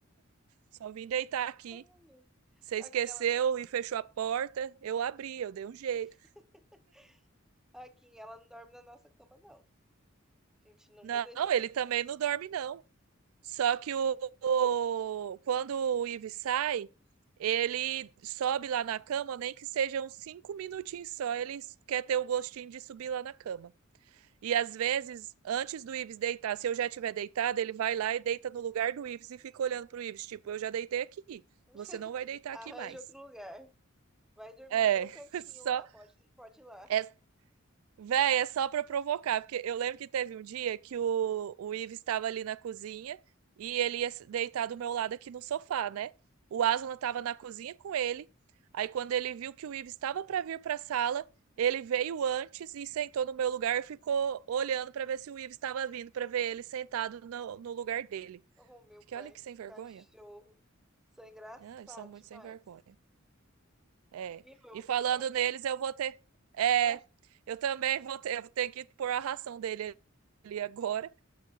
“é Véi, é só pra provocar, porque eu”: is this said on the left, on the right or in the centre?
Right